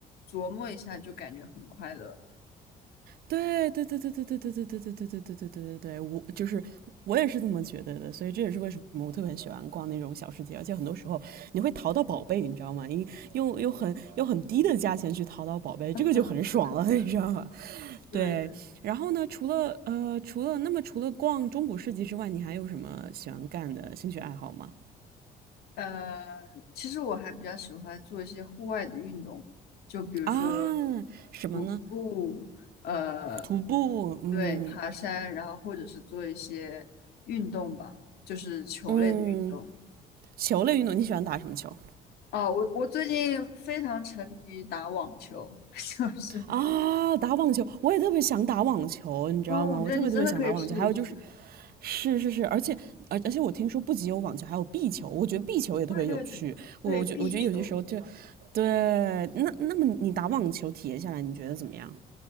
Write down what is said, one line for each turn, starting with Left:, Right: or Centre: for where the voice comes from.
Left: 琢磨一下，就感觉很快乐了。
Right: 对对对对对对对对对对对对对对对对我就是我也是这么觉得的，所以这也是为什么我特别喜欢逛那种小世界，而且很多时候你会淘到宝贝，你知道吗？因用用很用很低的价钱去淘到宝贝，
Left: 啊，
Right: 这个就很爽了，
Left: 是的，是的。
Right: <laughs> 你知道吧？
Left: 对对
Right: 对，然后呢，除了呃除了那么除了逛中古市集之外，你还有什么喜欢干的兴趣爱好吗？
Left: 呃，其实我还比较喜欢做一些户外的运动，就比如说
Right: 啊，什么呢？
Left: 徒步，呃，
Right: 徒步，嗯
Left: 对，爬山，然后或者是做一些运动吧，就是球类的运动。
Right: 嗯，球类运动，你喜欢打什么球？
Left: 哦，我我最近非常沉迷于打网球，<laughs> 就是，
Right: 啊，打网球，我也特别想打网球，你知道吗？
Left: 哦，我觉得你真的可以试一试。
Right: 我特别特别想打网球。还有就是，是是是，而且而而且我听说不仅有网球，还有壁球，我觉得壁球也特别有趣。
Left: 对对对对，
Right: 我我觉我觉得有些时候就，
Left: 壁球，
Right: 对，那那么你打网球体验下来，你觉得怎么样？